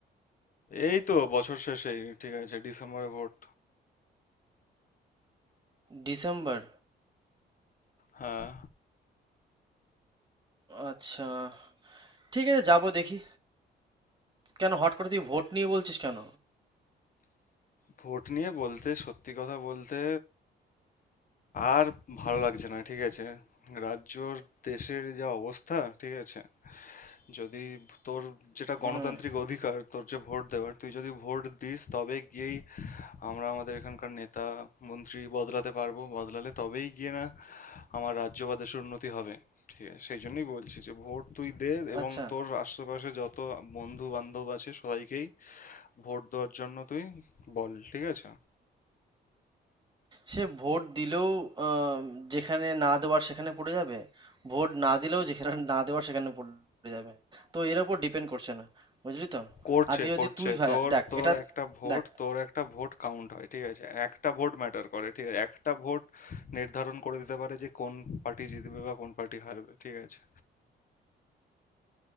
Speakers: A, on the left; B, on the right.
A: এই তো বছর শেষেই ঠিক আছে ডিসেম্বরে ভোট
B: ডিসেম্বর
A: হ্যাঁ
B: আচ্ছা ঠিক আছে যাবো দেখি কেন হট করে তুই ভোট নিয়ে বলছিস কেন
A: ভোট নিয়ে বলতে সত্যি কথা বলতে আর ভালো লাগছে না ঠিক আছে রাজ্যর দেশের যা অবস্থা ঠিক আছে যদি তোর যেটা গণতান্ত্রিক
B: হুম
A: অধিকার তোর যে ভোট দেওয়ার তুই যদি ভোট দিস তবে গিয়েই আমরা আমাদের এখানকার নেতা মন্ত্রী বদলাতে পারবো বদলালে তবেই গিয়ে না আমার রাজ্য বা দেশের উন্নতি হবে ঠিক আছে সেই জন্যই বলছি যে ভোট তুই দে এবং
B: আচ্ছা
A: তোর আশেপাশে যত বন্ধু বান্ধব আছে সবাইকেই ভোট দেওয়ার জন্য তুই বল ঠিক আছে
B: সে ভোট দিলেও আহ, যেখানে না দেওয়ার সেখানে পড়ে যাবে ভোট না দিলেও যেখানে না দেওয়ার সেখানে পড়ে যাবে তো এর উপর ডিপেন্ড করছে না বুঝলি তো
A: করছে
B: আজকে যদি
A: করছে
B: তুই ভা-
A: তোর
B: দেখ
A: তোর
B: এটা
A: একটা ভোট
B: দেখ
A: তোর একটা ভোট কাউন্ট হয় ঠিক আছে একটা ভোট ম্যাটার করে ঠিক আছে একটা ভোট নির্ধারণ করে দিতে পারে যে কোন পার্টি জিতবে বা কোন পার্টি হারবে ঠিক আছে